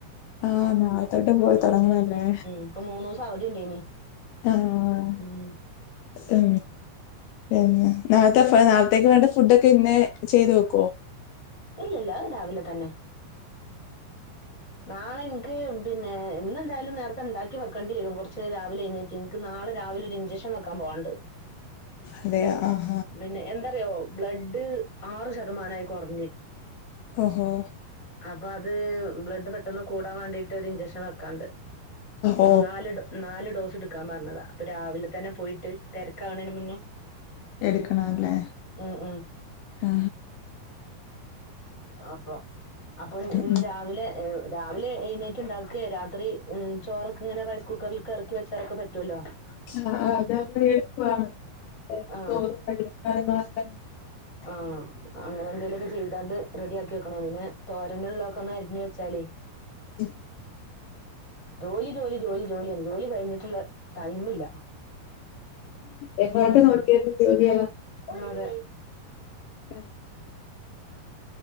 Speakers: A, on the left (about 85°); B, on the left (about 25°).
A: ആഹ് നാളെത്തൊട്ട് പോയി തുടങ്ങണല്ലേ
B: ഇപ്പ മൂന്നു ദിവസം അവധി ഉണ്ടേനി
A: ആഹ്
B: ഉം
A: ഉ പിന്നെ നാളത്തെ നാളത്തേക്ക് വേണ്ട ഫുഡ ഒക്കെ ഇന്നെ ചെയ്തു വെക്കുവോ
B: ഇല്ലല്ല അത് രാവിലെ തന്നെ നാളെ എനിക്ക് പിന്നെ ഇന്ന്െന്തായാലും നേരത്തെ ഉണ്ടാക്കി വെക്കേണ്ടി വരും കുറച്ച് രാവിലെ നിങ്ങക്ക് നാളെ രാവിലെ ഒരു ഇൻചെക്ഷൻ നക്കാ പോകണ്ട്
A: അതെ ആ
B: പിന്നെ എന്താറിയോ ബ്ലഡ് ആറു ശതമാനമായി കുറഞ്
A: ആഹോ
B: അപ്പൊ അത് ബ്ലഡ് പെട്ടെന്ന് കൂടാൻ വേണ്ടിയിട്ട് ഒരു ഇഞ്ചെക്ഷൻ വെക്കാണ്ട്
A: ഓ
B: നാല് ഡ് നാല് ഡോസ് എടുക്കാൻ പറഞ്ഞതാ അപ്പൊ രാവിലെ തന്നെ പോയിട്ട് തിരക്ക കാണന് മുന്നേ
A: എടുക്കണ അല്ലേ
B: ഉം ഉം
A: ആ
B: അപ്പൊ അപ്പൊ ഇന്ന്
A: ഉം
B: രാവിലെ രാവിലെ എഴണേറ്റ് ഉണ്ടാക്ക രാത്രി ചോറൊക്കെ ഇങ്ങനെ റൈ കുക്കറിൽ ക ഇറക്കി വെച്ചാലൊക്കെ പറ്റുവല്ലോ
A: <unintelligible>
B: ആ ആഹ് അങ്ങനെ എന്തേലൊക്കെ ചെയ്താണ്ട് റെഡി ആക്കി വെക്കണം പിന്നെ തോരന്ള്ളതൊക്കെ ഒന്ന് അരിഞ്ഞ് വെച്ചാലേ
A: ഉം
B: ജോലി ജോലി ജോലി ജോലി ജോലി കഴിഞ്ഞിട്ടുള്ള ടൈമില്ല
A: എങ്ങോട്ട്
B: ഉം
A: നോക്കിയാലും ജോലികള
B: അതെ
A: <inaudible>